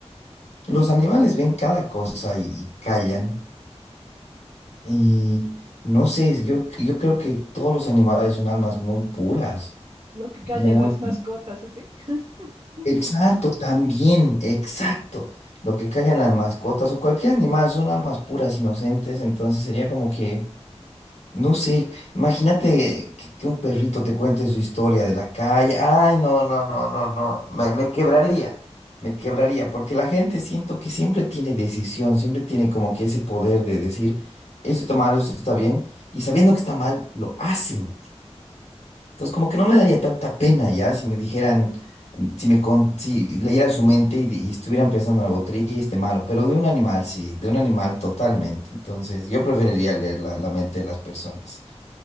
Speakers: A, on the left; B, on the right.
A: Los animales ven cada cosa y callan. Y no sé, yo, yo creo que todos los animales son almas muy puras,
B: Lo que callan
A: muy...
B: las mascotas, así. <laughs>
A: Exacto, también, exacto. Lo que callan las mascotas o cualquier animal son almas puras, inocentes, entonces sería como que... No sé, imagínate que, que un perrito te cuente su historia de la calle. Ay, no, no, no, no, no. Me, me quebraría, me quebraría, porque la gente siento que siempre tiene decisión, siempre tiene como que ese poder de decir, esto está mal, esto está bien, y sabiendo que está mal, lo hacen. Entonces, como que no me daría tanta pena ya si me dijeran, si me con- si leyera su mente y, y estuvieran pensando en algo triste, malo, pero de un animal, sí, de un animal totalmente. Entonces, yo preferiría leer la la mente de las personas.